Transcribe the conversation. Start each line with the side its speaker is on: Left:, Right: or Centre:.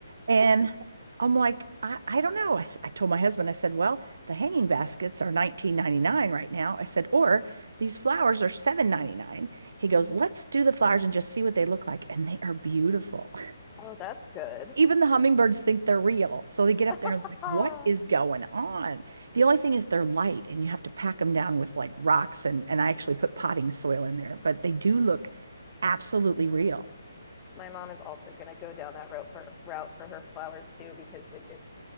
Right: And I'm like, I, I don't know. I, s- I told my husband, I said, well, the hanging baskets are 19.99 right now. I said, or these flowers are 7.99." He goes,
Left: Mhm.
Right: let's do the flowers and just see what they look like. And they are beautiful. <laughs>
Left: Oh, that's good.
Right: Even the hummingbirds think they're real. So they get up
Left: <laughs>
Right: there and like, what is going on? The only thing is they're light and you have to pack them down with like rocks. And, and I actually
Left: Mhm.
Right: put potting soil in there, but they do look absolutely real.
Left: My mom is also gonna go down that route for route for her flowers too, because like it,